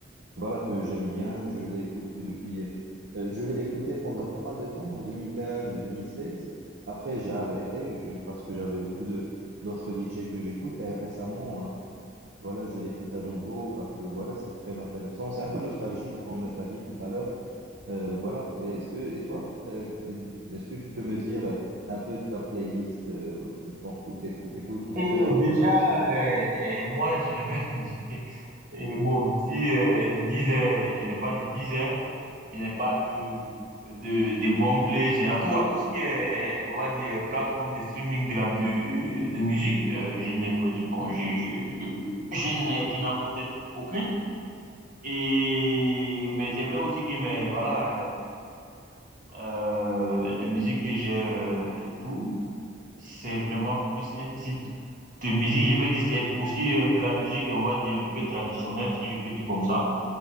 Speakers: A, on the right; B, on the right.
A: Voilà que j'aime bien, je l'écoute depuis, euh, je l'ai écouté pendant pas mal de temps, en 2015, 2016. Après, j'ai arrêté je- parce que j'avais beaucoup de d'autres DJ que j'écoute. Et récemment, voilà, je l'écoute à nouveau parce que voilà, c'est très intéressant. C'est un peu nostalgique, comme tu as dit tout à l'heure. Euh, voilà. Et Est-ce que, et toi, euh, est-ce que tu peux me dire un peu ta playlist, euh, ton coup, tes, coups tes coups de
B: Et
A: cœur,
B: déjà,
A: à quoi ça ressemble?
B: euh, euh, moi, je n'ai même <laughs> dit, et bon, si, euh, 10 heures, je n'ai pas de 10 heures, je n'ai pas de, de, de bons plays. J'ai- En tout cas, tout ce qui est, on va dire, plateforme de streaming de, la, de, de musique, euh, je n'ai pas, je- bon, je, je, je, je n'ai- je n'en possède aucune. Et, mais c'est vrai aussi que, mais voilà, euh, les musiques que j'ai euh, et tout, c'est vraiment plus un type de musique. Je veux dire, c'est aussi euh, de la musique, on va dire, un peu traditionnelle, si je peux dire comme ça.